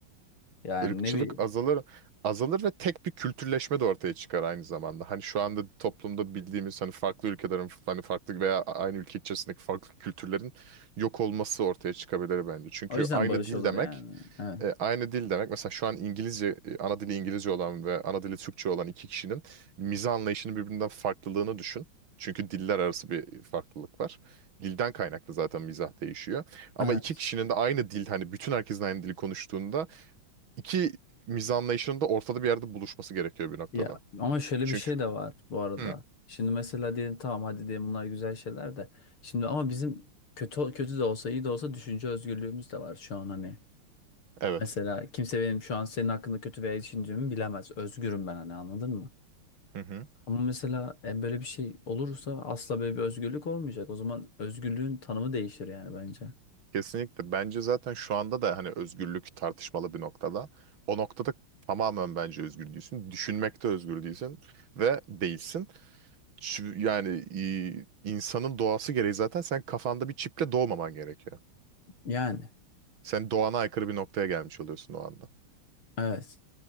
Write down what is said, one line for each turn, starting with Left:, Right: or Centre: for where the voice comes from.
Left: Yani
Right: ırkçılık
Left: ne bileyim.
Right: azalır azalır ve tek bir kültürleşme de ortaya çıkar aynı zamanda. Hani şu anda toplumda bildiğimiz hani farklı ülkelerin hani farklı veya aynı ülke içerisindeki farklı kültürlerin yok olması ortaya çıkabilir bence. Çünkü
Left: O yüzden
Right: aynı
Left: barış
Right: dil
Left: olur
Right: demek,
Left: yani. Evet.
Right: e, aynı dil demek mesela şu an İngilizce e, ana dili İngilizce olan ve ana dili Türkçe olan iki kişinin mizah anlayışının birbirinden farklılığını düşün. Çünkü diller arası bir farklılık var. Dilden kaynaklı zaten mizah değişiyor. Ama
Left: Evet.
Right: iki kişinin de aynı dil hani bütün herkesin aynı dili konuştuğunda İki mizah anlayışının da ortada bir yerde buluşması gerekiyor bir noktada.
Left: Ya ama şöyle
Right: Çünkü
Left: bir şey de var bu arada.
Right: Hı,
Left: Şimdi mesela diyelim tamam hadi diyelim bunlar güzel şeyler de. Şimdi ama bizim kötü kötü de olsa iyi de olsa düşünce özgürlüğümüz de var şu an hani.
Right: evet.
Left: Mesela kimse benim şu an senin hakkında kötü veya iyi düşündüğümü bilemez. Özgürüm ben hani anladın mı?
Right: Hı hı.
Left: Ama mesela e, böyle bir şey olursa asla böyle bir özgürlük olmayacak. O zaman özgürlüğün tanımı değişir yani bence.
Right: Kesinlikle. Bence zaten şu anda da hani özgürlük tartışmalı bir noktada. O noktada tamamen bence özgür değilsin. Düşünmekte özgür değilsin ve değilsin. Çü- Yani e, insanın doğası gereği zaten sen kafanda bir çiple doğmaman gerekiyor.
Left: Yani.
Right: Sen doğana aykırı bir noktaya gelmiş oluyorsun o anda.
Left: Evet.